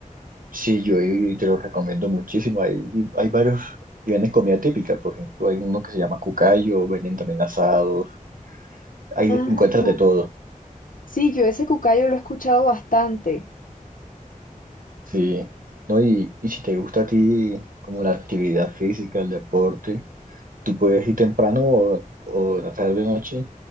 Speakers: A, on the right; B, on the left.
A: Sí, yo ahí te lo recomiendo muchísimo. Hay, hay varios y venden comida típica, por ejemplo, hay uno que se llama cucayo, venden también asados, ahí
B: Ajá.
A: encuentras de todo,
B: Sí, yo ese cucayo lo he escuchado bastante.
A: sí. ¿No? Y, y si te gusta a ti como la actividad física, el deporte, tú puedes ir temprano o, o en la tarde noche